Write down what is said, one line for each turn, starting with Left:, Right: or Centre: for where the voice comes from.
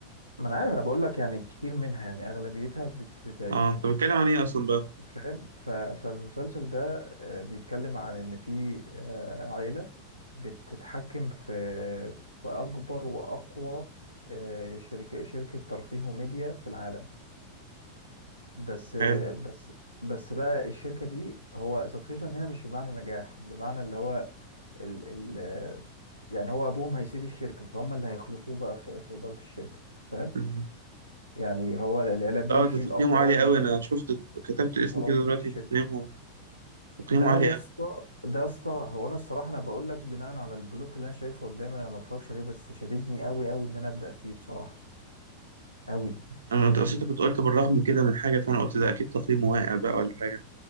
Left: ما انا عارف انا بقول لك يعني كتير منها يعني اغلبيتها بت بتعجبني
Right: اه طب بتكلم عن ايه اصلا بقى
Left: فاهم ف... فالمسلسل ده آه، بيتكلم عن ان في آه، عيله بتتحكم في في اكبر واقوى آه، شركه شركه ترفيه وميديا في العالم بس
Right: حلو
Left: بس بس بقى الشركة دي هو سكسيشن هنا مش بمعنى نجاح بمعنى اللي هو ال ال يعني هو أبوهم هيسيب الشركة فهم اللي هيخلفوه بقى في, في إدارة الشركة فاهم
Right: مم.
Left: يعني هو العيلة دي
Right: اه ده
Left: في
Right: تقييمه
Left: الأب هو
Right: عالي
Left: اللي
Right: قوي
Left: كان
Right: انا شفت كتبت اسمه
Left: هو
Right: كده
Left: مدير
Right: دلوقتي
Left: الشركة
Right: تقييمه تقييمه
Left: ده
Right: عالي
Left: يا اسطى ده يا اسطى هو أنا الصراحة أنا بقول لك بناء على البلوت اللي أنا شايفها قدامي أنا ما اتفرجش عليه بس شددني أوي أوي إن أنا أبدأ فيه بصراحة أوي
Right: انا
Left: يعني
Right: أنت- اصل انت كنت قلت بالرغم كده من حاجه فانا قلت ده اكيد تقييمه واقع بقى ولا حاجه